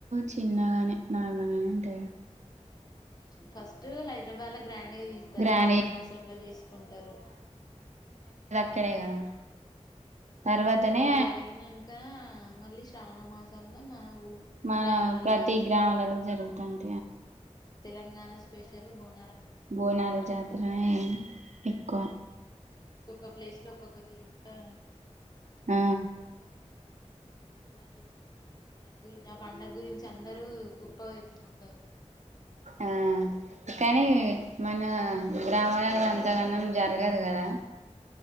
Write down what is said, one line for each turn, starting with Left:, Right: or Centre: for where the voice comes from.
Right: చిన్నగానే నార్మల్గానే ఉంటాయ
Left: హు నెక్స్ట్ ఫస్ట్ హైదరాబాద్లా గ గ్రాండ్ గా తీస్తారు
Right: గ్రాండ్
Left: ఆషాఢమాసంలో చేసుకుంటారు.
Right: ఇక్కడే కదా తర్వాతనే
Left: అక్కడ జరిగినంకా మళ్ళీ శ్రావణ మాసంంలో మన ఊ
Right: మన
Left: గ్రామాలలా
Right: ప్రతి
Left: చేసుకుంటారు
Right: గ్రామాలలో జరుగుతాంది
Left: మన తెలంగాణ స్పెషల్ బోన్
Right: బోనాల జాతరై క్క
Left: ఒక్కొక్క ప్లేస్ లో ఒక్కొక్క తీరు ఆ
Right: ఆ
Left: ఉమ్ అసలు అది దాని గురించి ఆ పండగ గురించి అందరూ గొప్పగా చెప్పుకుంటారు
Right: ఆ కానీ మన గ్రామాలలో అంతగానం జరగదు కదా